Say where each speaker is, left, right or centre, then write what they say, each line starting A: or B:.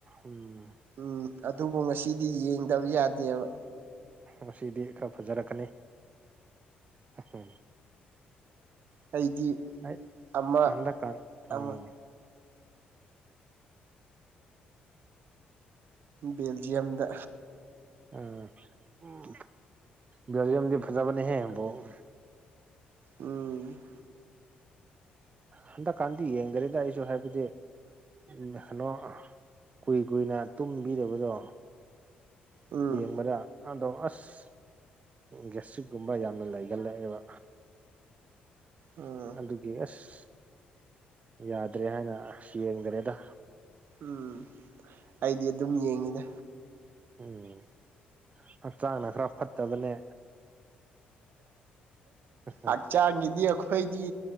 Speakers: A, on the right; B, on the right.
A: ꯎꯝ
B: ꯎꯝ ꯑꯗꯨꯕꯨ ꯉꯁꯤꯗꯤ ꯌꯦꯡꯗꯕ ꯌꯥꯗꯦꯕ
A: ꯉꯁꯤꯗꯤ ꯈꯔ ꯐꯖꯔꯛꯀꯅꯤ ꯎꯝ
B: ꯑꯩꯗꯤ
A: ꯑꯩ
B: ꯑꯃ
A: ꯍꯟꯗꯛꯀ
B: ꯑꯃ
A: ꯎꯝ
B: ꯕꯦꯜꯖꯤꯌꯝꯗ
A: ꯑꯥ ꯎꯝ ꯕꯦꯜꯖꯤꯌꯝꯗꯤ ꯐꯖꯕꯅꯦꯍꯦ ꯕꯣꯜ
B: ꯎꯝ
A: ꯍꯟꯗꯛꯀꯥꯟꯗꯤ ꯌꯦꯡꯗ꯭ꯔꯦꯗ ꯑꯩꯁꯨ ꯍꯥꯏꯕꯗꯤ ꯑꯟ ꯍꯟꯅꯣ ꯑꯥ ꯀꯨꯏ ꯀꯨꯏꯅ ꯇꯨꯝꯕꯤꯗꯕꯗꯣ
B: ꯎꯝ
A: ꯌꯦꯡꯕꯔꯥ ꯍꯥꯟꯗꯣ ꯑꯁ ꯒꯦꯁꯇ꯭ꯔꯤꯛꯒꯨꯝꯕ ꯌꯥꯝꯅ ꯂꯩꯒꯜꯂꯦꯕ
B: ꯎꯝ
A: ꯑꯗꯨꯒꯤ ꯑꯁ ꯌꯥꯗ꯭ꯔꯦ ꯍꯥꯏꯅ ꯑꯁ ꯌꯦꯡꯗ꯭ꯔꯦꯗ
B: ꯎꯝ ꯑꯩꯗꯤ ꯑꯗꯨꯝ ꯌꯦꯡꯉꯤꯗ
A: ꯎꯝ ꯍꯛꯆꯥꯡꯅ ꯈꯔ ꯐꯠꯇꯕꯅꯦ ꯎꯝ
B: ꯑꯠ ꯆꯥꯡꯒꯤꯗꯤ ꯑꯩꯈꯣꯏꯗꯤ